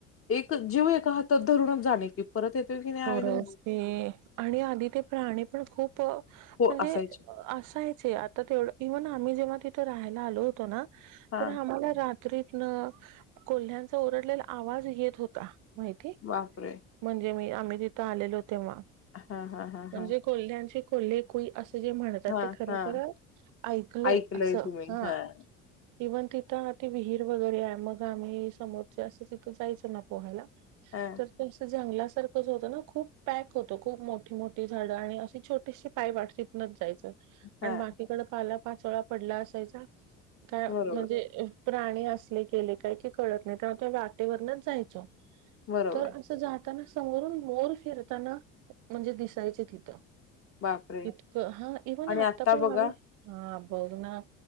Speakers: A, on the left; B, on the right.
A: एक जीव एका हातात धरून जाणे की परत येतोय की नाही आयडन
B: खरच ते आणि आधी ते प्राणी पण खूप प म्हणजे
A: हो असायचे
B: असायच आता तेवढं इव्हन आम्ही जेव्हा तिथे राहायला आलो होतो ना
A: हा
B: तर आम्हाला रात्रीत को्ह्यांचा ओरडलेला आवाज येत होता माहिती
A: बापरे!
B: म्हणजे मी आम्ही तिथं आलेलो होतो तेव्हा
A: हां, हां, हां,
B: म्हणजे
A: हां.
B: कोल््ह्यांचे कोल्हे को अस जे म्हणतात
A: हां,
B: ते खर
A: हां.
B: खर ऐकलय
A: ऐकलंय
B: अस
A: तुम्ही.
B: हा
A: हां,
B: इव्हन तिथं ती विहीर वगैरे आहे मग आम्ही समोरचे असं तिथं जायचं ना पोहायला
A: हां,
B: तर तं जंगला होत ना खूप पॅक होतो खूप मोठी मोठी झाडं आणि अशी छोटीशी पाय वाटत नच जायच प
A: हां.
B: बाकीकड पाला पाचोळा पडला असायचा काय
A: बरोबर,
B: म्हणजे प्राणी असले गेले काही की कळत नाही त्या त वाटेवरनच जायचो
A: बरोबर.
B: तर असं जातनास समोरून मोर फिरताना म्हणजे दिसायचे तिथं
A: बापरे!
B: इतक हा इवन
A: आणि
B: आताकड
A: आता बघा
B: आ हा बवद ना